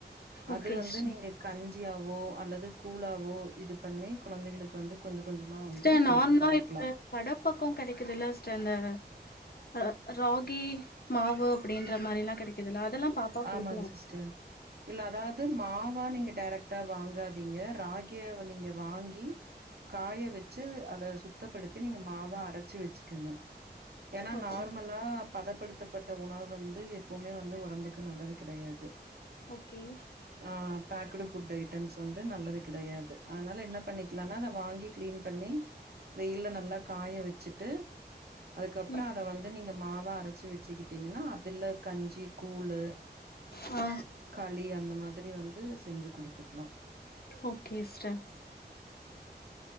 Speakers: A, on the right; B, on the left.
A: அது
B: ஓகே
A: வந்து
B: சிஸ்டர்
A: நீங்க கஞ்சியாவோ அல்லது கூழாவோ இது பண்ணி குழந்தைங்களுக்கு வந்து கொஞ்ச கொஞ்சமா வந்து
B: சிஸ்டர்
A: குடுத்து
B: நார்மலா
A: பழக்லா
B: இப்ப கட பக்க கிடைக்குதல்ல சிஸ்ட அந்த அ ராகி மாவு அப்டின்ற மாரி எல்லா கெடைக்கு இதுல அதெல்லா பாப்பாக்
A: ஆமாங்
B: குடுக்லா
A: சிஸ்டர் இல்ல அதாவது மாவா நீங்க டேரக்ட்டா வாங்காதீங்க ராகிய நீங்க வாங்கி காய வச்சு அத சுத்தப்படுத்தி நீங்க மாவ அரச்சு வச்சுக்கங்க ஏன்னா
B: ஓகே
A: நார்மலா
B: சிஸ்டர்
A: பதப்படுத்தப்பட்ட உணவு வந்து எப்பவுமே வந்து உடம்புக்கு நல்லது கெடையாது
B: ஓகே
A: ஆ பேக்குடு ஃபுட் ஐட்டம்ஸ் வந்து நல்லது கெடையாது அதனால என்ன பண்ணிக்லானா அத வாங்கி கிளீன் பண்ணி வெயில நல்லா காய வ ச்சிட்டு அதுக்கப்றோ
B: ம்
A: அத வந்து நீங்க மாவா அரச்சு வச்சுக்கிட்டீங்கன்னா அதுல கஞ்சி கூழு
B: ஆ
A: களி அந்த மாதிரி வந்து செஞ்சு குடுத்துக்லா
B: ஓகே சிஸ்டர்